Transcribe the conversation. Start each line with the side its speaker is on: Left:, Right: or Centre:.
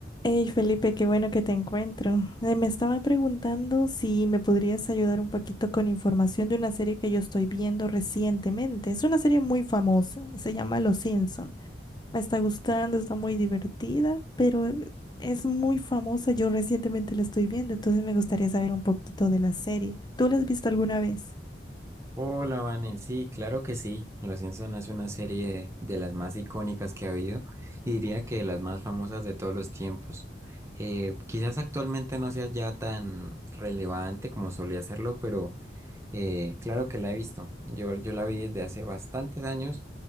Left: Hey Felipe, qué bueno que te encuentro. Eh, me estaba preguntando si me podrías ayudar un poquito con información de una serie que yo estoy viendo recientemente. Es una serie muy famosa, se llama Los Simpson. Me está gustando, está muy divertida, pero eh, es muy famosa. Yo recientemente la estoy viendo, entonces me gustaría saber un poquito de la serie. ¿Tú la has visto alguna vez?
Right: Hola, Vane. Sí, claro que sí. Los Simpson es una serie de, de las más icónicas que ha habido y diría que de las más famosas de todos los tiempos. Eh, quizás actualmente no sea ya tan relevante como solía serlo, pero eh, claro que la he visto. Yo, yo la vi desde hace bastantes años.